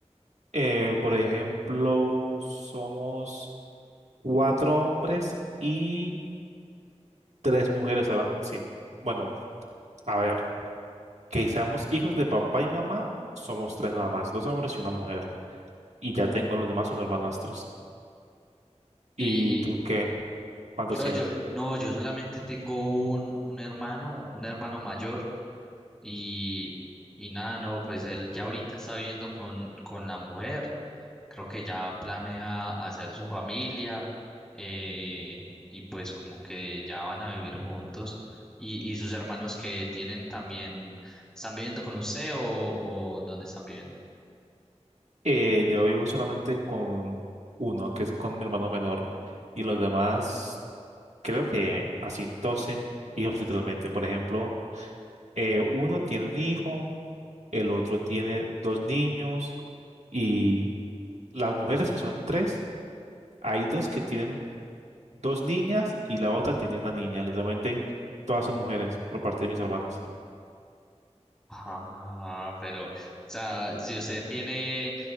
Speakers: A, on the right; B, in the centre.
A: Eh, por ejemplo, somos cuatro hombres y tres mujeres. ahora, Sí, bueno, a ver, que seamos hijos de papá y mamá, somos tres nada más, dos hombres y una mujer. Y ya tengo los demás, son hermanastros. ¿Y
B: Y, y
A: tú qué? ¿Cuántos
B: yo,
A: tienes?
B: yo, no, yo solamente tengo un, un hermano, un hermano mayor, Y, y nada, no, pues él ya ahorita está viviendo con, con la mujer, creo que ya planea hacer su familia, eh, y pues como que ya van a vivir juntos. Y, y sus hermanos que tienen también, ¿están viviendo con usted o, o dónde están viviendo?
A: Eh, yo vivo solamente con uno, que es con mi hermano menor. Y los demás, creo que así, todos tienen hijos literalmente. Por ejemplo, eh, uno tiene un hijo el otro tiene dos niños, Y las mujeres que son tres, hay dos que tienen dos niñas y la otra tiene una niña. Literalmente todas son mujeres por parte de mis hermanas.
B: Ah, pero, o sea, si usted tiene